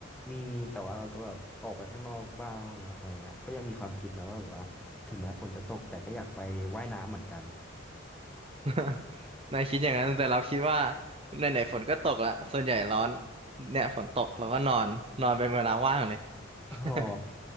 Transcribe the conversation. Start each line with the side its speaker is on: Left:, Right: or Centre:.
Centre: มีมีแต่ว่าเราก็แบบออกไปข้างนอกบ้างอะไรเงี้ยก็ยังมีความคิดนะว่าแบบว่าถึงแม้ฝนจะตกแต่ก็อยากไปว่ายน้ำเหมือนกัน
Right: <laughs> นายคิดอย่างนั้นแต่เราคิดว่าไหนๆฝนก็ตกละส่วนใหญ่ร้อนเนี่ยฝนตกเราก็นอนนอนเป็นเวลาว่างเลย
Centre: อ๋อ
Right: <laughs>